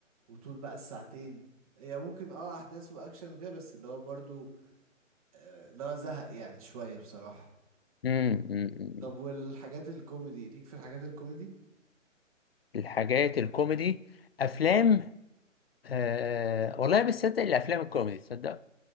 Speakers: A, on the right; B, on the left.
A: وطول بقى الساعتين هي ممكن اه احداث واكشن وكده بس اللي هو برضو آه، اللي هو زهق يعني شوية بصراحة
B: مم. مم، مم.
A: طب والحاجات الكوميدي ليك في الحاجات الكوميدي
B: الحاجات الكوميدي أفلام آه والله بصدق الأفلام الكوميدي تصدق